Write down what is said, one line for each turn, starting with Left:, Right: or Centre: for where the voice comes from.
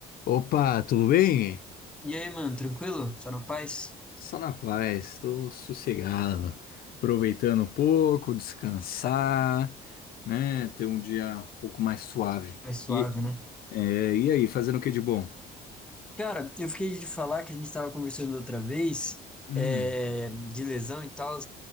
Left: Opa, tudo bem?
Centre: E aí, mano, tranquilo? Só na paz?
Left: Só na paz, estou sossegado, aproveitando um pouco, descansar, né? Ter um dia um pouco mais suave.
Centre: É suave,
Left: E,
Centre: né?
Left: é, e aí, fazendo o que de bom?
Centre: Cara, eu fiquei de falar que a gente estava conversando outra vez,
Left: Hum,
Centre: é, de lesão e tal.